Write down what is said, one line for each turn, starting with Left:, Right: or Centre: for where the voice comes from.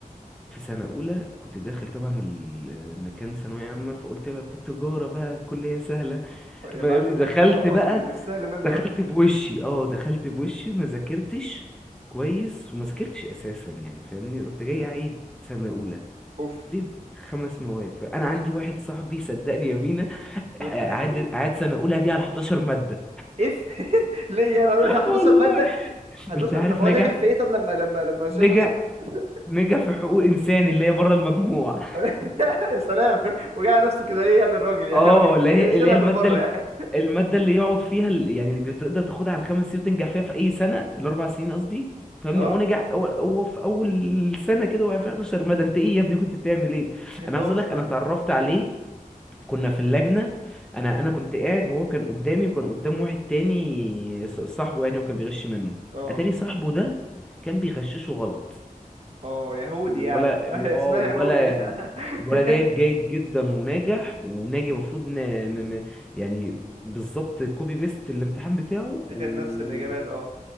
Centre: في سنة أولى كنت داخل طبعا المكان ثانوية عامة فقلت بقى كنت تجارة بقى الكلية سهلة
Right: أه، يا
Centre: فاهمني
Right: معلم
Centre: دخلت
Right: ما انت اه
Centre: بقى
Right: السهل منه
Centre: دخلت
Right: ده
Centre: بوشي اه دخلت بوشي ما ذاكرتش كويس وما ذاكرتش أساسا يعني فاهمني رحت جاي
Right: امم
Centre: عيد سنة أولى
Right: اوف
Centre: دي خمس مواد فانا عندي
Right: أوف.
Centre: واحد صاحبي صدقني يا مينا
Right: <laughs>
Centre: قعد قعد سنه اولى دي على 11 ماده
Right: اف <laughs> ليه يعني
Centre: <laughs>
Right: 11
Centre: والله
Right: مادة 11
Centre: انت عارف
Right: طب هو
Centre: نجح
Right: نجح في ايه طب لما لما لما شال
Centre: نجح
Right: 11 مادة
Centre: نجح في حقوق انسان اللي هي بره المجموع
Right: <laughs> يا سلام وجع نفسه كده ليه يعني الراجل يعني
Centre: اه
Right: ما كان
Centre: اللي هي
Right: كان يشيلها
Centre: اللي هي الماده
Right: بالمرة
Centre: ال-
Right: يعني
Centre: الماده اللي يقعد فيها ال- يعني اللي بتقدر تاخدها على الخمس سنين وتنجح فيها في اي سنه الاربع سنين قصدي فاهمني
Right: اه
Centre: هو نجح هو هو في اول سنه كده وقع في 11 ماده انت ايه يا ابني كنت بتعمل ايه
Right: 11
Centre: انا عايز اقول لك انا اتعرفت عليه كنا في اللجنة انا انا كنت قاعد وهو كان قدامي وكان قدام واحد تاني ص- صاحبه يعني وكان بيغش منه
Right: اه
Centre: اتاري صاحبه ده كان بيغششه غلط
Right: اه يهودي
Centre: يعني الولا
Right: يعني <laughs>
Centre: ال-
Right: اسمها
Centre: اه الولا
Right: يهودي <laughs>
Centre: الولا جايب جيد جدا وناجح وناجي المفروض ن... م... م... يعني بالظبط كوبي بيست الامتحان بتاعه
Right: اخد
Centre: و
Right: نفس الاجابات اه